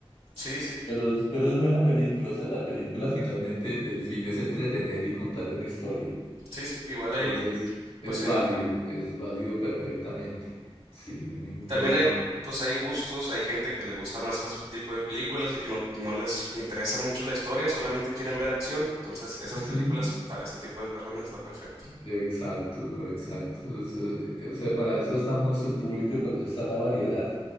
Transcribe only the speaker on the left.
Pero, es- pero es buena película, o sea, la película finalmente el fin es entretener y contar una historia.
Entonces,
es
válido, es válido perfectamente. Sí, no hay ningún
problema
con
eso.
Sí.
Exacto, no, exacto. Eso- o sea, para eso estamos el público y para eso está la variedad,